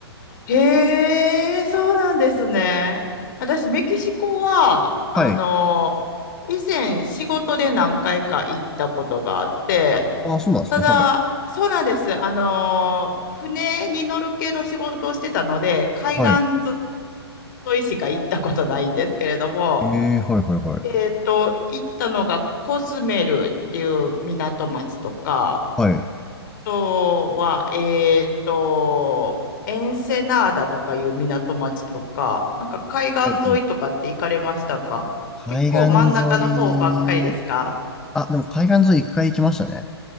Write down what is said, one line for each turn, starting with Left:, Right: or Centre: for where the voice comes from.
Left: へえ、そうなんですね。私、メキシコは、あの、
Centre: はい。
Left: 以前仕事で何回か行ったことがあって、
Centre: ああ、そうなんですね。
Left: ただ、
Centre: はい。
Left: そうなんです。あのー船に乗る系の仕事をしてたので、海岸
Centre: はい。
Left: 沿いしか行ったことないんですけれども、
Centre: ええはいはいはい。
Left: えっと、行ったのがコズメルっていう港町とか、
Centre: はい。
Left: あとは、えっと、エンセナーダとかいう港町とか、なんか海岸沿いとかって行かれましたか結構真ん中の方ばっかりですか
Centre: はい海岸沿い、あ、でも海岸沿い一回行きましたね。